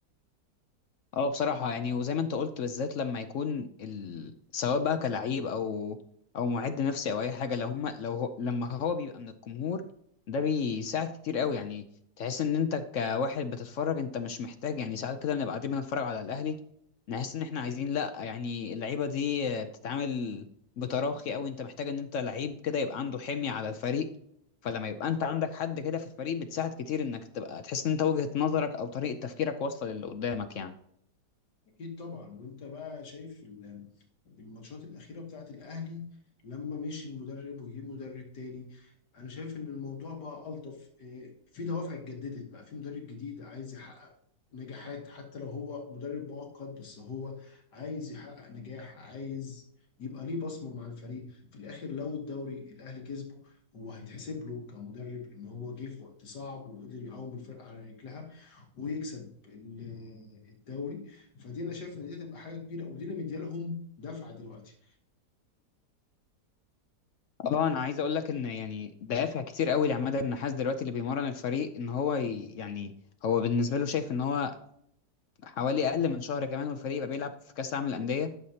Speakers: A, on the left; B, on the left.
A: اه بصراحة يعني وزي ما انت قلت بالذات لما يكون ال... سواء بقى كلعيب او او معد نفسي او اي حاجة لو هم لو هو... لما هو بيبقى من الجمهور ده بيساعد كتير قوي يعني تحس ان انت كواحد بتتفرج انت مش محتاج يعني ساعات كده بنبقى قاعدين بنتفرج على الاهلي نحس ان احنا عايزين لا يعني اللعيبة دي بتتعامل بتراخي قوي انت محتاج ان انت لعيب كده يبقى عنده حمية على الفريق فلما يبقى انت عندك حد كده في الفريق بتساعد كتير انك تبقى تحس ان انت وجهة نظرك او طريقة تفكيرك واصلة للي قدامك يعني
B: اكيد طبعا وانت بقى شايف ال- الماتشات الاخيره بتاعت الاهلي لما مشي المدرب وجه مدرب تاني انا شايف ان الموضوع بقى الطف إيه، في دوافع اتجددت بقى في مدرب جديد عايز يحقق نجاحات حتى لو هو مدرب مؤقت بس هو عايز يحقق نجاح عايز يبقى ليه بصمه مع الفريق في الاخر لو الدوري الاهلي كسبه هو هيتحسب له كمدرب ان هو جه في وقت صعب وقدر يقوم الفرقه على رجلها ويكسب ال- الدوري فدي انا شايف ان دي تبقى حاجه كبيره ودي اللي مديالهم دفعه دلوقتي
A: اه انا عايز اقول لك ان يعني دوافع كتير قوي لعماد النحاس دلوقتي اللي بيمرن الفريق ان هو ي- يعني هو بالنسبه له شايف ان هو حوالي اقل من شهر كمان والفريق يبقى بيلعب في كاس العالم للانديه